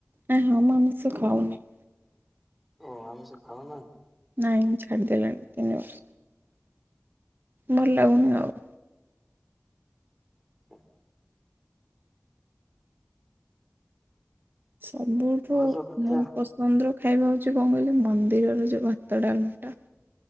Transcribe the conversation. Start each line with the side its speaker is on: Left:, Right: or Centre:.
Right: ନାଁ ହଁ ମୁଆମିଷ ଖାଉନି।
Centre: ଓହ ଆମିଷ ଖାଉନାହିଆନ୍ତି।
Right: ନାଇଁ ମୁଁ ଛାଡ଼ିଦେଲିଣି ତିନି ବର୍ଷ। ଭଲ ଲାଗୁନି ଆଉ।
Centre: <inaudible>
Right: ସବୁଠୁ
Centre: ଭଲ କଥା
Right: ମାନେ କ ପସନ୍ଦର ଖାଇବା ହଉଚି କଣ କହିଲେ ମନ୍ଦିରର ଯୋଉ ଭାତ ଡାଲିଟା